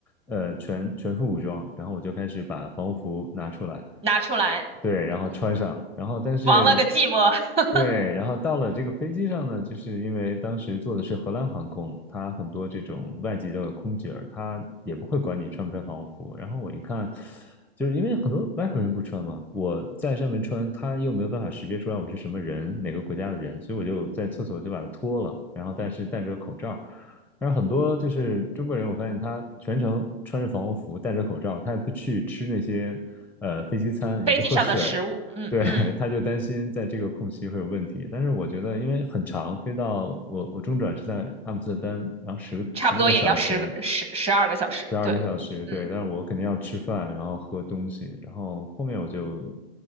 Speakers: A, in the centre; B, on the right.
A: 呃，全全副武装，然后我就开始把防护服拿出来，
B: 拿出来，
A: 对，然后穿上，然后但是
B: 亡了个寂寞。<laughs>
A: 对，然后到了这个飞机上呢，就是因为当时坐的是荷兰航空，它很多这种外籍的空姐儿，她也不会管你穿不穿防护服。然后我一看，就是因为很多外国人不穿嘛，我在上面穿，他又没有办法识别出来我是什么人，哪个国家的人，所以我就在厕所就把它脱了，然后但是戴着个口罩。然后很多就是中国人，我发现他全程穿着防护服，戴着口罩，他也不去吃那些呃飞机餐，
B: 飞机上的食物，
A: 也不喝水，
B: 嗯嗯，
A: 对，<laughs> 他就担心在这个空隙会有问题。但是我觉得，因为很长，飞到我我中转是在阿姆斯特丹，然后十十多个小时，
B: 差不多也要十个十十二个小时。
A: 十二个小时，
B: 对，嗯，
A: 对，但是我肯定要吃饭，然后喝东西，然后后面我就